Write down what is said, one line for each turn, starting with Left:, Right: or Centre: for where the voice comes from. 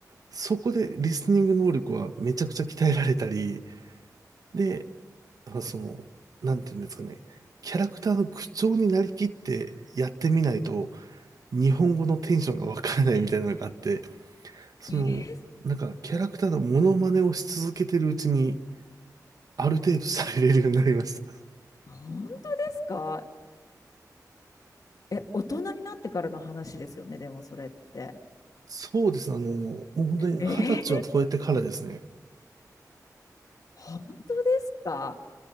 Right: そこでリスニング能力はめちゃくちゃ鍛えられたり、で、あその、なんていうんですかね、キャラクターの口調になりきってやってみないと、日本語のテンションがわからないみたいなのがあって、その、
Left: えー
Right: なんかキャラクターのモノマネをし続けてるうちに、ある程度されれるようになりました。
Left: 本当ですかえ、大人になってからの話ですよね、でもそれって。
Right: そうですね。あの、もう本当に二十歳は超えてからですね。
Left: えー本当ですか